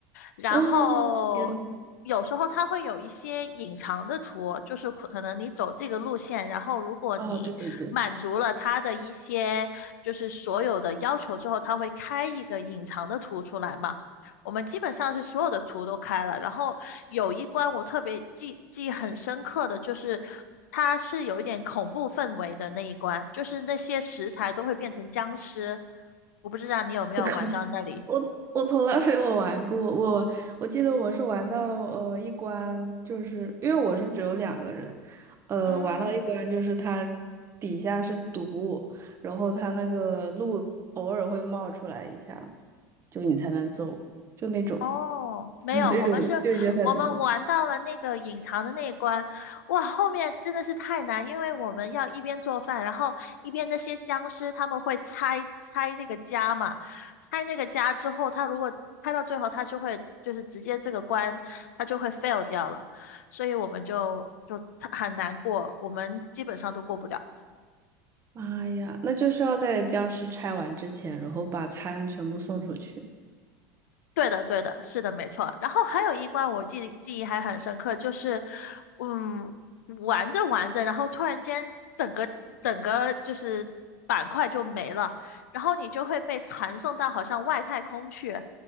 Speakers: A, on the left; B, on the right.
A: 然后有时候它会有一些隐藏的图，
B: 哦，天呐，
A: 就是可能你走这个路线，然后如果你满足了它的一些就是所有的要求之后，
B: 哦，对对对，
A: 它会开一个隐藏的图出来嘛。我们基本上是所有的图都开了，然后有一关我特别记记很深刻的就是，它是有一点恐怖氛围的那一关，就是那些食材都会变成僵尸。我不知道你有没有玩到那里。
B: <laughs> 我我从来没有玩过，我我记得我是玩到呃一关，就是因为我是只有两个人，呃，
A: 嗯。
B: 玩到一关就是它底下是毒物然后它那个路偶尔会冒出来一下，就你才能走，就那种
A: 哦，没有，
B: <laughs> 那种就已经很难了
A: 我们是，我们玩到了那个隐藏的那一关，哇，后面真的是太难，因为我们要一边做饭，然后一边那些僵尸他们会拆拆那个家嘛，拆那个家之后，他如果拆到最后，他就会就是直接这个关他就会 fail 掉了，所以我们就就很难过，我们基本上都过不了。
B: 妈呀，那就是要在僵尸拆完之前，然后把餐全部送出去。
A: 对的，对的，是的，没错。然后还有一关我记记忆还很深刻，就是，嗯，玩着玩着，然后突然间整个整个就是板块就没了，然后你就会被传送到好像外太空去。